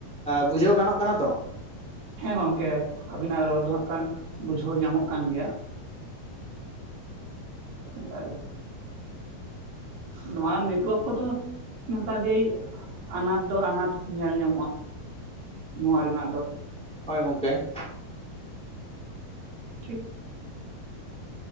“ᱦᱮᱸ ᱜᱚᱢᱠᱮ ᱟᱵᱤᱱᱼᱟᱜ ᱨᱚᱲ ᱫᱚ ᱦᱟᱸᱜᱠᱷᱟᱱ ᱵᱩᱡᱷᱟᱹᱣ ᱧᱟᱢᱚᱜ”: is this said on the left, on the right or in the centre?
Right